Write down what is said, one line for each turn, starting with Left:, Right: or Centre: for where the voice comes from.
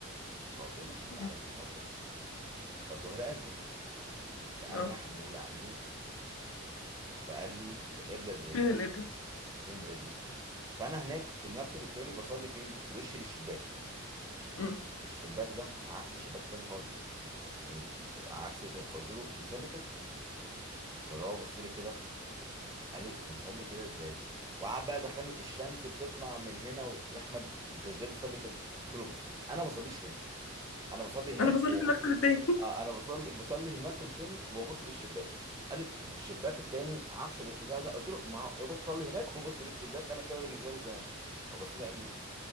Right: فقلت له ماشي
Left: مم.
Right: تعالى نقعد في مكتب فالظهر أذن فقام
Left: اه
Right: واحد من اللي قاعدين فقال لي القبلة ازاي
Left: بين الإبرة
Right: فين القبلة فانا هناك في المكتب التاني بصلي فين وش للشباك
Left: امم
Right: الشباك ده عكس الشباك التاني خالص يعني عكس ده فقلت له بنصلي كده فاللي هو بص لي كده قال لي بنصلي كده ازاي وقعد بقى دخلني الشمس بتطلع من هنا و... يا احمد انت ازاي بتصلي كده قلت له بص انا بصليش هنا انا بصلي هناك
Left: أنا بصلي
Right: وببص
Left: في المكتب
Right: ل...
Left: التاني
Right: آه انا بصلي بصلي في المكتب التاني وببص للشباك قال لي ما هو الشباك التاني عكس الاتجاه ده قلت له ما هو روح صلي هناك <laughs> وبص للشباك انا كده بالنسبه لي تمام فبص لي قال لي